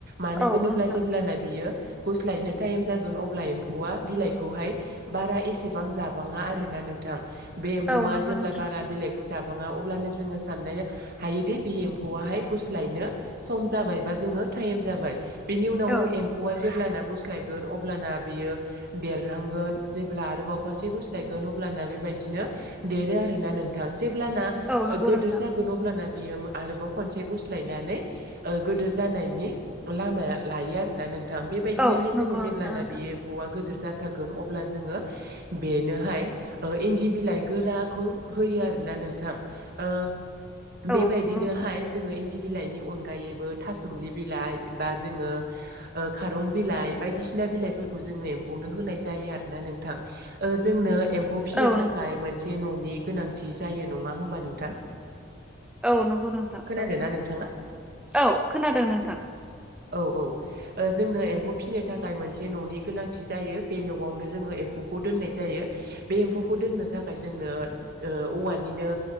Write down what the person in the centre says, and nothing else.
औ
नोंथां
औ नंगौ
नोंथां
औ
औ नंगौ
नोंथां
औ
नंगौ
नोंथां नोंथां
औ
नंगौ नोंथां
औ
नंगौ
औ नंगौ नोंथां
औ
औ खोनादों नोंथां।